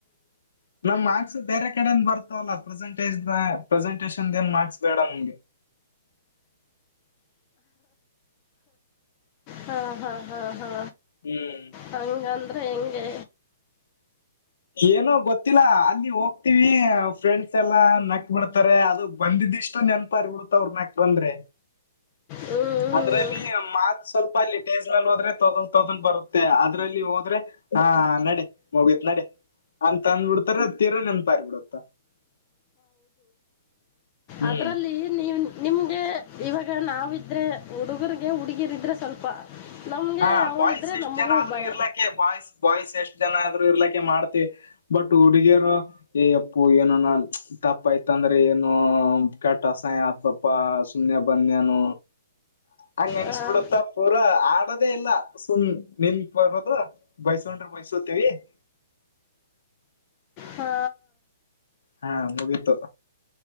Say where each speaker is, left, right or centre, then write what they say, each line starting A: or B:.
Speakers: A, on the left (about 60°); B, on the left (about 25°).
A: ನಮ ಮಾರ್ಕ್ಸ್ ಬೇರೆ ಕಡಿಂದ ಬರ್ತಾವಲ್ಲಾ ಪ್ರೆಸೆಂಟಜ್ ಪ್ರೆಸೆಂಟೇಶನ್ ಏನ್ ಮಾರ್ಕ್ಸ್ ಬೇಡ ನಮ್ಗೆ <inaudible>
B: ಹಾ ಹಾ ಹಾ ಹಾ
A: ಹ್ಮ್
B: ಹಂಗ ಅಂದ್ರೆ ಹೆಂಗೆ.
A: ಏನೋ ಗೊತ್ತಿಲ್ಲ ಅಲ್ಲಿ ಹೋಗ್ತೀವಿ ಫ್ರೆಂಡ್ಸ್ ಎಲ್ಲಾ ನಕ್ ಮಾಡಡ್ತಾರೆ ಅದು ಬಂದಿದ್ದ. ಇಷ್ಟು ನೆನಪಾರ್ ಬಿಡತ ಅವ್ರ ಮ್ಯಾಕ್ಟ್ರ ಅಂದ್ರೆ
B: ಹ್ಮ್,
A: ಅದ್ರಲ್ಲಿ ಮಾತ್ ಸ್ವಲ್ಪ. ಅಲ್ಲಿ ಟೇಸ್ ನಲ್ಲಿ ಹೋದ್ರೆ ತೊದನ್್ ತೊಗಂದ್ ಬರುತ್ತೆ ಅದ್ರಲ್ಲಿ ಹೋದ್ರೆ ಆ ನಡೆ ಮುಗೀತ್ ನಡೆ. ಅಂತ ಅಂದಬಿಡ್ತಾರ ತೀರ ನೆನ್ಪಾರಿ ಬಿಡತ್ತ. ಹ್ಮ್
B: ಅದ್ರಲ್ಲಿ ನೀ ನಿಮ್ಗೆ ಇವಾಗ ನಾವಿದ್ರೆ ಹುಡುಗರಿಗೆ ಹುಡುಗಿರಿದ್ರೆ ಸ್ವಲ್ಪ. ನಮಗೆ
A: ಹಾ
B: ಅವರಿದ್ರೆ
A: ಬಾಯ್ಸ್ ಎಷ್ಟ್
B: ನಮಗೂ
A: ಜನ ಆದ್ರು
B: ಭಯ
A: ಇರ್ಲಕ ಬಾಯ್ಸ್ ಬಾಯ್ಸ್ ಎಷ್ಟ್ ಜನ ಆದ್ರು. ಇರ್ಲಿಕ್ಕೆ ಮಾಡ್ತಿವಿ ಬಟ್ ಹುಡುಗಿಯರು ಏ ಅಪ್ಪು ಏನ ತಪ್ಪ ಆಯತ ಅಂದ್ರೆ ಏನ್ ಕಟ ಸಾಯ ಹತ್ಪ್ಪ ಸುಮ್ಮ್ನೆ ಬನ್ನು. ಹಂಗೆ ಅನ್ಸ್ಬಿಡುತ್ತಾ
B: ಹಾಂ
A: ಪೂರಾ ಆ ಲ್ಲ ಸುಮ್ ನಿನ್ತ್ ಬರದು ಬೈಸಕೊಂಡ್ರೆ ಬೈಸತೇವಿ. <inaudible>
B: ಹಾ
A: ಹಾ ಮುಗಿತು.